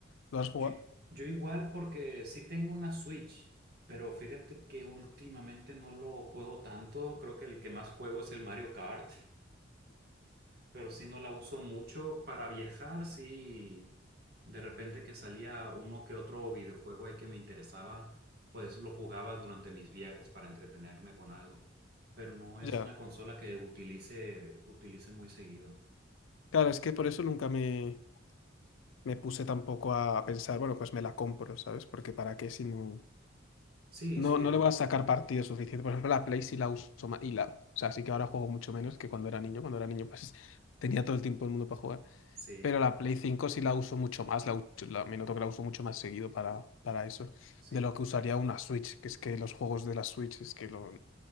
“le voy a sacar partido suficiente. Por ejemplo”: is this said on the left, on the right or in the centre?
Left